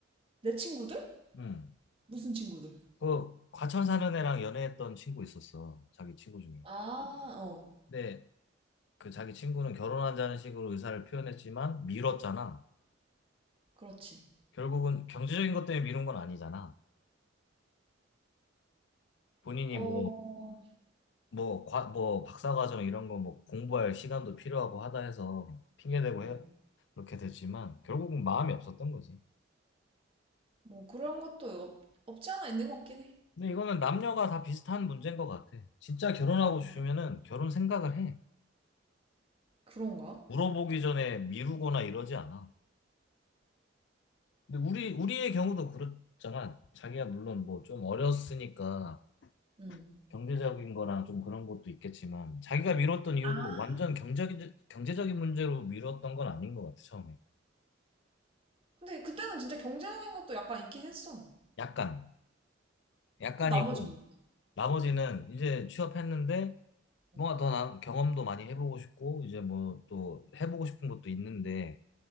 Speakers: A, on the right; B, on the left.
A: 내 친구들?
B: 음.
A: 무슨 친구들?
B: 그 과천 사는 애랑 연애했던 친구 있었어. 자기 친구 중에.
A: 아, 어,
B: 근데 그 자기 친구는 결혼하자는 식으로 의사를 표현했지만 미뤘잖아.
A: 그렇지.
B: 결국은 경제적인 것 때문에 미룬 건 아니잖아. 본인이
A: 어,
B: 뭐 뭐, 과, 뭐, 박사과정 이런 거 뭐 공부할 시간도 필요하고 하다 해서 핑계대고
A: 음.
B: 해, 그렇게 됐지만 결국은 마음이 없었던 거지.
A: 뭐 그런 것도 없, 없지 않아 있는 것 같긴 해.
B: 근데 이거는 남녀가 다 비슷한 문제인 것 같아. 진짜 결혼하고
A: 남녀.
B: 싶으면은 결혼 생각을 해.
A: 그런가?
B: 물어보기 전에 미루거나 이러지 않아. 근데 우리, 우리의 경우도 그렇잖아. 자기가 물론 뭐 좀 어렸으니까
A: 응.
B: 경제적인 거랑 좀 그런 것도 있겠지만 자기가 미뤘던 이유도
A: 아.
B: 완전 경제적, 경제적인 문제로 미뤘던 건 아닌 것 같아, 처음에.
A: 근데 그때는 진짜 경제적인 것도 약간 있긴 했어.
B: 약간, 약간이고.
A: 그럼 나머지 뭔데?
B: 나머지는 이제 취업했는데
A: 어.
B: 뭔가 더 나- 경험도 많이 해보고 싶고 이제 뭐 또 해보고 싶은 것도 있는데